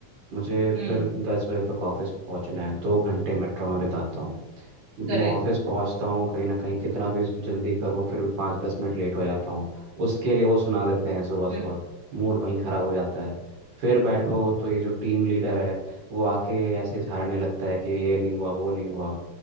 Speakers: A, on the right (about 80°); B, on the right (about 65°).
A: मुझे
B: हम्म
A: फिर दस बजे तक ऑफिस पहुंचना है दो घंटे मेट्रो में बिताता हूँ मैं
B: करेक्ट
A: ऑफिस पहुंचता हूँ कहीं ना कहीं कितना भी जल्दी करूँ फिर भी पाँच दस मिनट लेट हो जाता हूँ उसके लिए वो सुना देते हैं सुबह सुबह
B: हम्म
A: मूड वहीं खराब हो जाता है फिर बैठो तो ये जो टीम लीडर है वो आके ऐसे झाड़ने लगता है कि ये नहीं हुआ वो नहीं हुआ